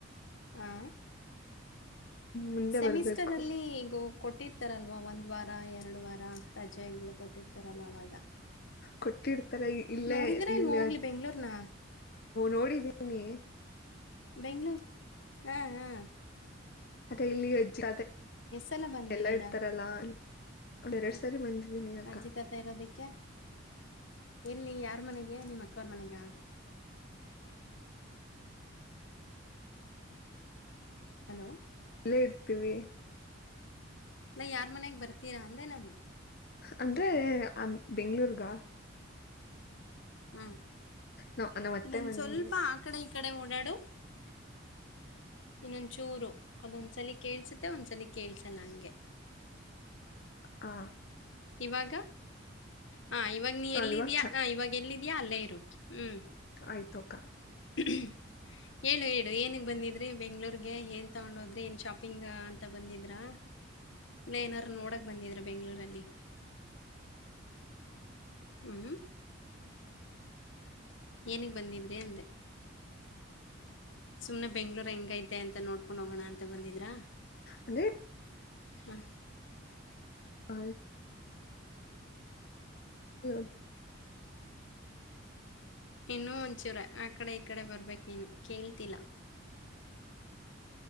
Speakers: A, on the left; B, on the left.
A: ಹಾ
B: ಮುಂದೆ
A: ಸೆಮಿಸ್ಟರ್
B: ಬರ್ಬೇಕು
A: ಅಲ್ಲಿ ಈಗ ಹೋಗ ಕೊಟ್ಟಿರ್ತಾರಲ್ವ ಒಂದ್ ವಾರ ಎರಡು ವಾರ ರಜೆಗಳು ಕೊಟ್ಟಿರ್ತಾರಲ್ಲ ಅವಾಗ
B: ಕೊಟ್ಟಿರ್ತಾರೆ ಇಲ್ಲೇ
A: ನೋಡಿದೀರಾ
B: ಇಲ್ಲ
A: ಇಲ್ವಾ ಹೋಗ್ಲಿ ಬೆಂಗ್ಳೂರ್ನ
B: ನೋಡಿದೀನಿ
A: ಬೆಂಗಳೂರು ಹಾಂ ಹಾಂ
B: ಅದೇ ಇಲ್ಲಿ ಅಜ್ಜಿ
A: ಸಲ ಬಂದಿದ್ದೀರಾ
B: ಎಲ್ಲ ಇರ್ತಾರಲ್ಲ ಒಂದ ಎರಡ್
A: ಹ,
B: ಸಾರಿ ಬಂದಿದೀನಿ ಅಕ್ಕ
A: ಅಜ್ಜಿ ತಾತ ಇರೋದಕ್ಕೆ ಎಲ್ಲಿ ಯಾರ ಮನೆಗೆ ನಿಮ್ಮ ಅಕ್ಕವ್ರ ಮನೆಗೆ ಹಲೋ
B: ಎಲ್ಲ ಇರ್ತೀವಿ
A: ಇಲ್ಲ ಯಾರ್ ಮನೆಗೆ ಬರ್ತ್ತ ನೀ ರ ಅಂದೇ ನಾನ
B: ಅಂದ್ರೆ ಆ ಬೆಂಗ್ಳೂರ್ಗ
A: ಹ್ಮ
B: ನ ನಮ್ಮ ಅತ್ತೆ
A: ಇನ್ನೊಂದ್
B: ಮನೆಗೆ
A: ಸ್ವಲ್ಪ ಆಕಡೆ ಇ ಕಡೆ ಉಂಡಡು ಇನ್ನೊಂದ ಚೂರು ಅದೊಂದು ಒಂದ್ಸಲ ಕೇಳ್ಸುತ್ತೆ ಒಂದ್ಸಲ ಕೇಳ್ಸಲ್ಲ ಹಂಗೆ
B: ಆ
A: ಇವಾಗ ಹ ಇವಾಗ ನೀ
B: ಹ
A: ಎಲ್ಲಿದ್ಯಾ
B: ಇವಾಗ
A: ಹ ಇವಾಗ ಎಲ್ಲಿದಯಾ ಅಲ್ಲೇ ಇರು ಹ್ಮ್
B: ಆಯ್ತುಕ್ಕ
A: ್ಮ ಹೇಳು ಹೇಳು ಏನಗ್ ಬಂದಿದ್ರಿ ಬೆಂಗಳೂರ್ಗೆ ಏನ್ ತೊಗೊಂಡೋ ಏನ್ ಶಾಪಿಂಗ್ ಅಂತ ಬಂದಿದ್ರಾ ಇಲ್ಲ ಏನಾರ್ರು ನೋಡಕ್ ಬಂದಿದ್ರ ಬೆಂಗಳೂರಲ್ಲಿ ಹ್ಮ್ ಏನಿಗೆ ಬಂದಿದ್ರಿ ಅಂದೆ ಸುಮನೆ ಬೆಂಗಳೂರು ಹೆಂಗೈಐತೆ ಅಂತ ನೋಡ್ಕೊಂಡ್ ಹೋಗೋಣ ಅಂತ ಬಂದಿದ್ದ
B: ಅಂದ್ರೆ
A: ಬಂದಿರ ಹ
B: ಹ <unintelligible>
A: ಇನ್ನೂ ಒಂಚೂರ ಆ ಕಡೆ ಈ ಕಡೆ ಬರ್ಬೇಕ್ ನೀನು ಕೇಳ್ತಿಲ್ಲ